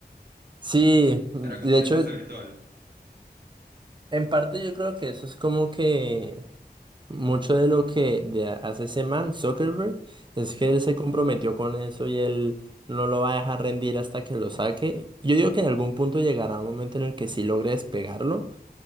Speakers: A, on the right; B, on the right.
A: Sí, de
B: Era como un
A: hecho,
B: espacio virtual.
A: en parte yo creo que eso es como que... Mucho de lo que de hace ese man, Zuckerberg, es
B: Sí.
A: que él se comprometió con eso y él no lo va a dejar rendir hasta que lo saque. Yo digo que en algún punto llegará un momento en el que sí logre despegarlo,